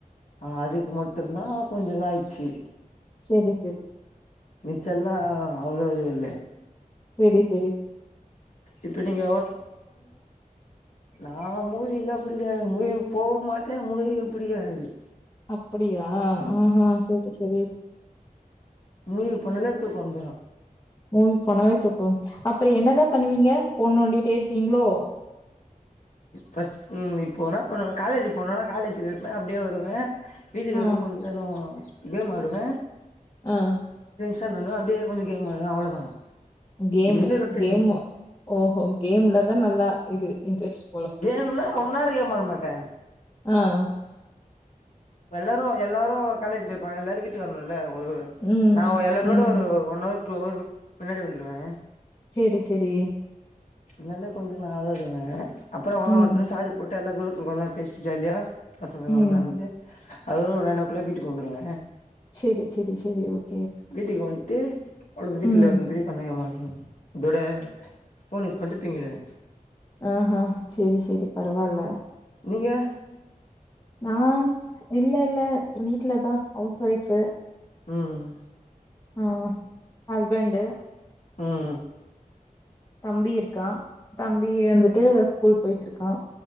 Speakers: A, on the left; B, on the left.
A: ஆஹ அதுக்கு மட்டும்தா கொஞ்சோ இது ஆயிடுச்சு.
B: சேரி சேரி.
A: மிச்ச எல்லா அவ்வளவு இது இல்ல.
B: சேரி சேரி.
A: இப்ப நீங்க வொர்க். நா மூவி எல்லா புடிக்காதுங்க மூவி. போக மாட்ட மூவியு புடிக்காது.
B: அப்படியா ஆஹா சேரி சேரி.
A: மூவிக்கு போனன்னா தூக்கோ வந்துரு.
B: உம். போனாவே தூக்கோ வந். அப்புறோ என்னதா பண்ணுவீங்க போன்நோண்டிட்டே இருப்பீங்களோ.
A: ஃபஸ்டு இப்போனா போண்ணுவ காலேஜக்கு போனனா காலேஜில இருப்ப அப்படியே வருவ. வீட்டுக்கு
B: ஆ,
A: வருவ கொஞ்ச நேரோ. கேம் ஆடுவ.
B: ஆஹ.
A: பண்ணனு அப்டியே கொஞ்சோ கேம் ஆடுவ அவ்ளோதா.
B: கேம்மு
A: டெய்லி ரொட்டீனு
B: கேம்மு ஓஹோ கேம்ல்லா. அதன் நல்லா இ இன்டரஸ்ட்
A: கேம்னா ரொம்ப நேரோ கேம் ஆடமாட்ட.
B: ஆஹ.
A: எல்லாரு எல்லாரு காலேஜ் போயிருப்பாங்க எல்லாரு வீட்டுக்கு வரணும்ள. ஒரு
B: ம்,
A: நா எல்லாரோட
B: ம்.
A: ஒரு ஒன் அவர் டூ அவர் முன்னாடி வந்து. ந்துடுவ.
B: சேரி சேரி.
A: இல்லனா கொஞ்சோ நா விளாடுவ. அப்புறோ அவாங்ளா
B: ம்,
A: வட்டு சார்ஜர் போட்டு. ட்டு ரோட்ல வந்தா பேசிட்டு ஜாலியா. பசங்கலாம்
B: ம்.
A: ஒண்ணாருந்துட்டு. அது ஒரு நைன் ஓ கிளாக் வீட்டுக்கு வந்துடுவ.
B: சேரி சேரி சேரி ஓக்.
A: வீட்டுக்கு வந்துட்டு உங்க வீட்டுல
B: ம்,
A: வந்து சந்தேகம்தா. உம். தொட போலீஸ். வந்துட்டீங்கறன்
B: ஆஹ்ஹ் சரி சரி பரவால்ல
A: நீங்கஹா
B: நான் இல்ல இல்ல வீட் வீட்ல தான் ஹவுஸ் வைஃப்
A: உம்
B: ஹம் ஹஸ்பண்டு
A: ஆஹ
B: தம்பீர் கா தம்பி எழுந்திரு திரு ஸ்கூல் போயிட்டு இருக்கான்